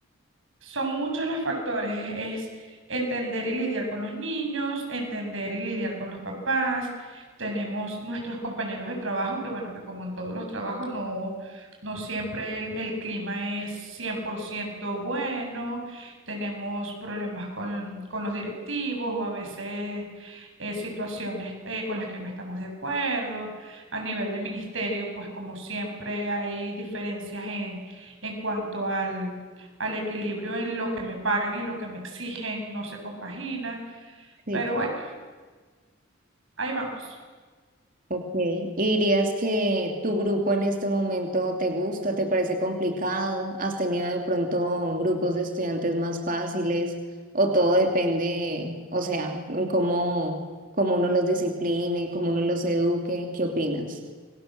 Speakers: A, on the right; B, on the right.
A: son muchos los factores. Es entender y lidiar con los niños, entender y lidiar con los papás. Tenemos nuestros compañeros de trabajo, que bueno, que como en todos los trabajos, no, no siempre el, el clima es 100% bueno. Tenemos problemas con, con los directivos o a veces eh, situaciones eh, con las que no estamos de acuerdo. A nivel de ministerio, pues como siempre hay diferencias en, en cuanto al al equilibrio en lo que me pagan y lo que me exigen, no se compagina,
B: Sí,
A: pero bueno, ahí vamos.
B: Ok, ¿y dirías que tu grupo en este momento te gusta, te parece complicado? ¿Has tenido de pronto grupos de estudiantes más fáciles? ¿O todo depende, o sea, en cómo, cómo uno los discipline, cómo uno los eduque? ¿Qué opinas?